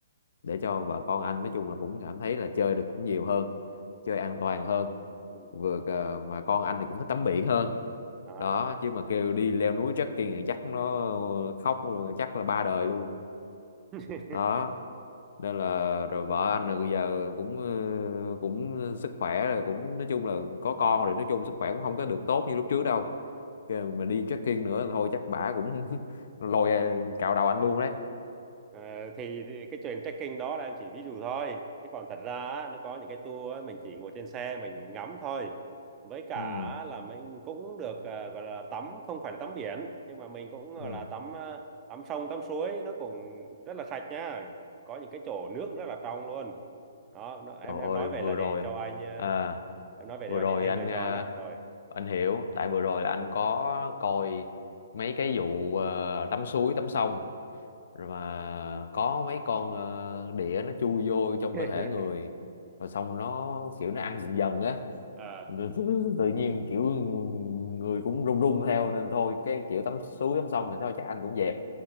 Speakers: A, on the left; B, on the right.
A: để cho vợ con anh nói chung là cũng cảm thấy là chơi được cũng nhiều hơn chơi an toàn hơn
B: ừ.
A: vừa ờ, mà con anh thì cũng thích tắm biển hơn
B: đó
A: đó chứ mà kêu đi leo núi trekking thì chắc nó khóc chắc là ba đời luôn
B: <laughs>
A: đó nên là rồi vợ anh là bây giờ cũng ờ, cũng sức khỏe rồi cũng nói chung là có con rồi nói chung sức khỏe cũng không có được tốt như lúc trước đâu kêu mà đi trekking nữa thôi chắc bả cũng <laughs> lôi ờ, cạo đầu anh luôn đấy
B: Ờ, thì, thì cái chuyện trekking đó là em chỉ ví dụ thôi chứ còn thật ra á, nó có những cái tour á, mình chỉ ngồi trên xe mình ngắm thôi với cả
A: ừ
B: là mình cũng được ờ, gọi là tắm không phải là tắm biển nhưng mà mình cũng gọi
A: ừ
B: là tắm ờ, tắm sông tắm suối nó cũng rất là sạch nhá có những cái chỗ nước rất là trong luôn đó nó, em
A: trời
B: em
A: ơi
B: nói về
A: vừa
B: là để
A: rồi
B: cho anh ờ,
A: à
B: em nói về
A: vừa
B: để anh
A: rồi
B: để thêm
A: anh
B: lựa chọn
A: à,
B: đó rồi
A: anh hiểu tại vừa rồi là anh có coi mấy cái vụ ờ, tắm suối tắm sông rồi mà có mấy con ờ, đĩa nó chui vô trong
B: <laughs>
A: cơ thể người rồi xong nó kiểu nó ăn dần dần á
B: à
A: Rồi tự tự nhiên kiểu người cũng run run theo nên thôi cái kiểu tắm suối tắm sông thì sao chắc anh cũng dẹp